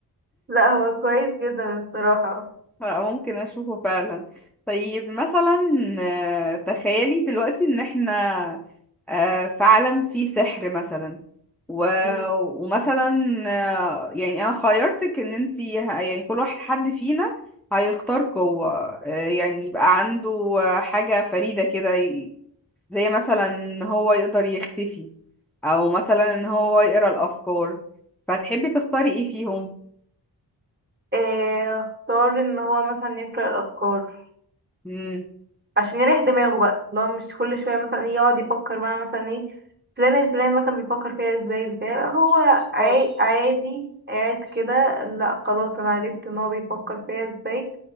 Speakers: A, on the right (about 25°); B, in the centre.
A: لا هو كويس جدا الصراحة
B: <laughs> فممكن اشوفه فعلا طيب مثلا آه، تخيلي دلوقتي ان احنا آه، في عالم فيه سحر مثلا و...
A: مم.
B: ومثلا آه، يعني انا خيرتك ان انتي ه- يعني كل واحد حد فينا هيختار قوة آه، يعني يبقى عنده آه، حاجة فريدة كده زي مثلا ان هو يقدر يختفي او مثلا ان هو يقرا الافكار فتحبي تختاري ايه فيهم
A: إيه اختار ان هو مثلا يقرأ الافكار
B: امم
A: عشان يريح دماغه بقى لو مش كل شوية مثلا إيه يقعد يفكر بقى مثلا ايه فلان الفلان مثلا بيفكر فيها ازاي بتاع لا هو عا-
B: اه
A: عادي قاعد كده لا خلاص انا عرفت ان هو بيفكر فيها ازاي